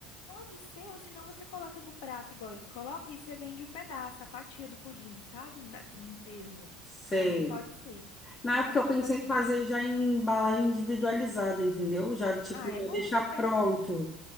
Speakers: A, on the left (about 60°); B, on the left (about 25°).
A: Pode ser, ou senão você coloca no prato igual eles colocam e você vende o pedaço, a fatia do pudim, sabe? Na- No peso.
B: Sei.
A: Também pode ser.
B: Na
A: Então,
B: época eu
A: tipo
B: pensei
A: assim.
B: em fazer já em embalagem individualizada, entendeu? Já, tipo,
A: Ah, é
B: já
A: bom
B: deixar
A: também.
B: pronto,